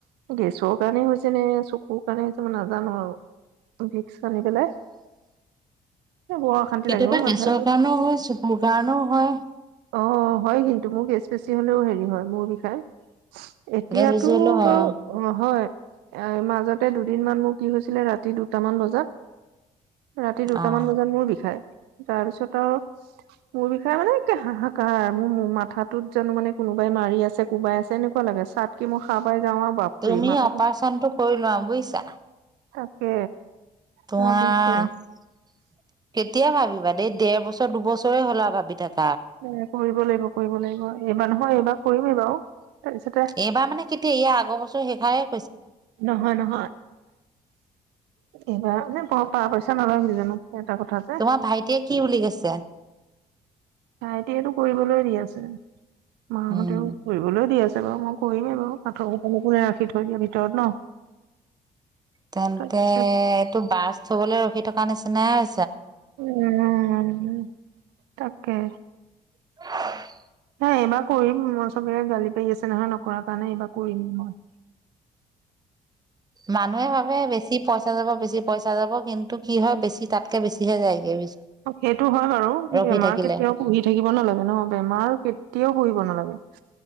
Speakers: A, on the right (about 75°); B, on the right (about 25°).
A: গেছৰ কাৰণে হৈছে নে চকুৰ কাৰণে হৈছে মই নাজানো আৰু। ভিক্স সানি পেলাই বৰ অশান্তি
B: কেতিয়াবা
A: লাগিব মাথা
B: গেছৰ কাৰণেও হয়, চকুৰ কাৰণেও হয়।
A: অ হয় কিন্তু মোৰ গেছ বেছি হলেও হেৰি হয়, মূৰ বিষায়। এতিয়াটো
B: গেছ বেছি হ'লেও হয়
A: বাৰু, অ হয়। এ মাজতে দুদিনমান মোৰ কি হৈছিলে ৰাতি দুটামান বজাত ৰাতি দুটামান
B: অ',
A: বজাত মোৰ বিষায় তাৰপিছত আৰু মোৰ বিষয়ে মানে হাহাকাৰ মোৰ মোৰ মাথাটোত জানো মানে কোনোবাই মাৰি আছে কোবাই আছে এনেকুৱা লাগে চাত কি মোৰ খাহ পাই যাওঁ আৰু বাপৰে
B: তুমি
A: মাথাটো
B: অপাৰচনতটো কৰি লোৱা বুজিছা
A: তাকে
B: তোমাৰ
A: ভাবিছো
B: এতিয়া ভাবিবা দেই ডেৰ বছৰ দুবছৰে হ'লা ভাবি থাকে
A: ন কৰিবৰি লাগিব কৰিব লাগিব এইবাৰ নহয় এইবাৰ কৰিমেই বাৰু তাৰপিছতে
B: এইবাৰ মানে কেতিয়া ইয়া আগৰ বছৰ শেষাই
A: নহয় নহয় এইবাৰ প পইচা নালাগি জানো এটা কথা যে
B: তোমাৰ ভাইটিয়ে কি উ গৈছে
A: হা এতিয়াাতটো কৰিবলৈয় দিিয় আছে মাহঁতেও
B: উম।
A: ফুৰিবলৈ দি আছে ছে বাৰু মই কৰিমেই বাৰু পাঠৰ ক কোাই ৰাখি থৈ দিয়া ভিতৰত ন
B: তেন্তে
A: তাৰপিছত
B: এইটো বাছ থবলৈ ৰখি থকা নিচিনাাই
A: উম তাকে
B: <inaudible>
A: হ এইবাৰ কৰিম মই চবে গালি পাৰি আছে নহয় নকৰৰা কাৰণে এইবাৰ কৰিমেই মই
B: মানুহে ভাবে বেছি পইচা যাব বেছি পইচা যাব কিন্তু কি হয় বেছি তাতকে বেছিহে যায়গৈ
A: সেইটো হয় বাৰু
B: ৰখি
A: বেমাৰ
B: থাকিলে
A: কেতিয়াও পুহি থাকিব নালাগে নহ বেমাৰ কেতিয়াও পুহিব নালাগে